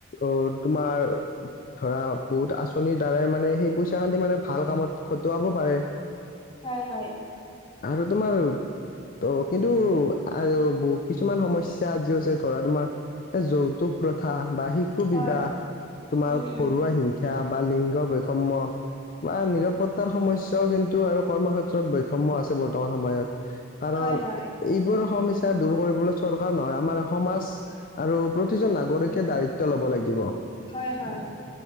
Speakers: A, on the left; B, on the left.
A: অ তোমাৰ ধৰা বহুত আঁচনিৰ দ্বাৰাই মানে সেই পইচা খান্তি মানে ভাল কামত খটুৱাব পাৰে।
B: হয় হয়
A: আৰু তোমাৰ ত' কিন্তু আৰু বহু কিছুমান সমস্যা যি হৈছে তোমাৰ যৌতুক প্ৰ ষা বা শিশু
B: হয়
A: বিবাহ তোমাৰ
B: উম
A: ঘৰুৱা
B: উম
A: হিংসা বা লিংগ বৈ বৈষম্য নিৰাপত্তাৰ সমস্যাও কিন্তু আৰু কৰ্মক্ষেত্ৰ বৈষম্ আছে বৰ্তমান সময়ত কাৰণ
B: হয় হয়
A: এইবোৰ সমস্যাত দূৰ কৰিবলৈ চৰকাৰ নহয় আমাৰ সমাজ আৰু প্ৰতিজন নাগৰিকে দায়িত্ব লব লাগিব।
B: হয় হয়